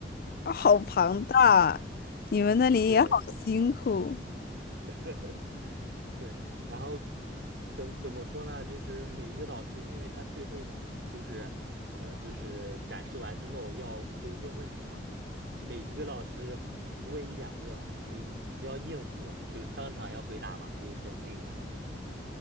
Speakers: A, on the left; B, on the right.
A: 好庞大，你们那里也好辛苦。
B: 对，<laughs> 对，然后怎怎么说呢？就是每一个导师，因为他最后你就是呃，就是展示完之后要就是问问题嘛，每一个老师问一两个，就是你就要应付，就是当场要回答嘛，就很那个。